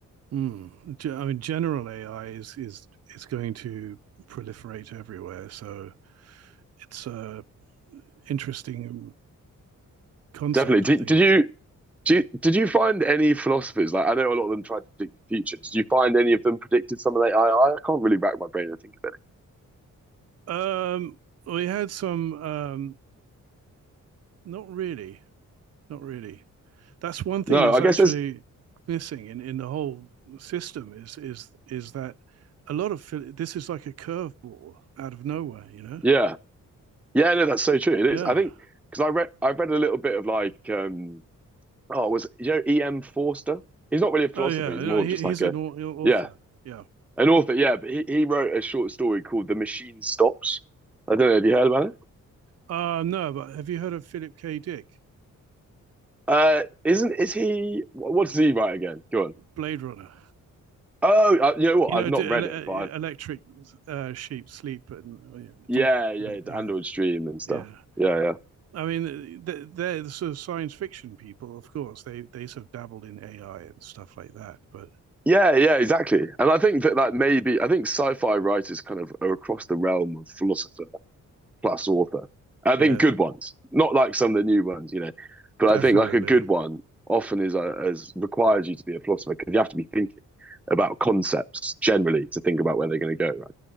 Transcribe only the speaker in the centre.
Definitely. Did,
did you, do you, did you find any philosophers like I know a lot of them tried to predict the future? Did you find any of them predicted some of the AI? I I can't really rack my brain and think of
No,
I
guess there's
yeah. Yeah, no, that's so true. It is.
I think because I read I read a little bit of like um oh was it- you know E.M. Forster? He's not really a philosopher,
he's more of
just
like a
yeah,
an author, yeah, but he, he wrote a short story called The Machine Stops. I don't know if you heard about it.
Uh isn't is he wh- what does he write again? Go on.
Oh, uh, you know what?
I've not
read it, but I've
yeah,
yeah, the
Android Stream and stuff.
Yeah, yeah.
Yeah, yeah, exactly. And I think that that may be, I think sci-fi writers kind of are across the realm of philosopher plus author. I think
good ones, not like some of the new ones, you know. But
I think like a good one often is uh, as requires you to be a philosopher because you have to be thinking about concepts generally to think about where they're going to go. Right?